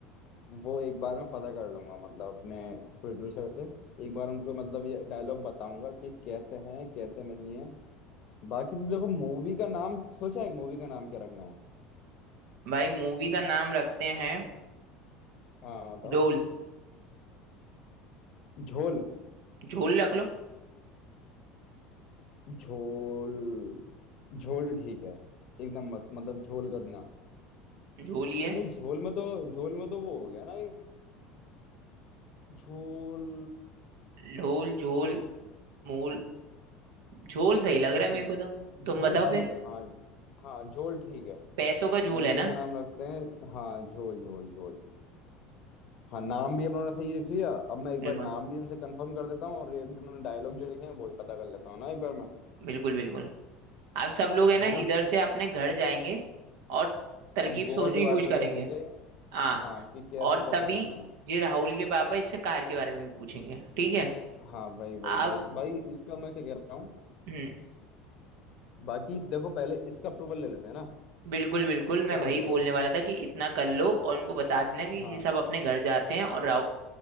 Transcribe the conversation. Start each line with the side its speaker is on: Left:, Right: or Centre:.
Left: वो एक बार मैं पता कर लूंगा मतलब अपने प्रोड्यूसर से एक बार उनको मतलब ये डायलॉग बताऊंगा कि कैसे हैं कैसे नहीं है बाकी तो देखो मूवी का नाम सोचा है मूवी का नाम क्या रखना है
Right: भाई मूवी का नाम रखते हैं
Left: हाँ बताओ
Right: ढोल
Left: झोल
Right: झोल रख लो
Left: झोल झोल ठीक है एकदम मस्त मतलब झोल करना
Right: झोल ही है
Left: नहीं झोल में तो झोल में तो वो हो गया ना एक झोल
Right: ढोल झोल
Left: अ,
Right: मूल झोल सही लग
Left: नहीं
Right: रहा है मेरे को तो तुम
Left: झोल
Right: बताओ
Left: ठीक
Right: फिर
Left: है हाँ हाँ झोल ठीक है
Right: पैसों का झोल
Left: मूवी
Right: है ना
Left: का नाम रखते हैं हाँ झोल झोल झोल हाँ नाम भी अपना उन्होंने सही लिख लिया अब मैं एक
Right: बिल्कुल
Left: बार नाम भी उनसे कंफर्म कर देता हूँ और ये जो मैंने डायलॉग जो लिखे हैं वो ही पता कर लेता हूँ ना एक बार मैं
Right: बिल्कुल बिल्कुल आप सब लोग है ना
Left: है ना
Right: इधर से अपने घर जाएंगे और तरकीब
Left: अब गोवा
Right: सोचने
Left: के
Right: की
Left: बारे
Right: कोशिश
Left: में
Right: करेंगे
Left: सोचेंगे
Right: हाँ
Left: हाँ कि कैसे
Right: और
Left: कैसे
Right: तभी
Left: जाना है
Right: ये राहुल के पापा इससे कार के बारे में भी पूछेंगे ठीक है
Left: हाँ वही वही
Right: आप
Left: भाई भाई इसका मैं क्या कह रहा हूँ
Right: हम्म,
Left: बाकी देखो पहले इसका अप्रूवल ले लेते हैं ना
Right: बिल्कुल बिल्कुल मैं
Left: क्या बोलते
Right: वही बोलने
Left: हो
Right: वाला था कि इतना कर लो और उनको बता देना कि
Left: हाँ
Right: ये सब अपने घर जाते हैं और राहुल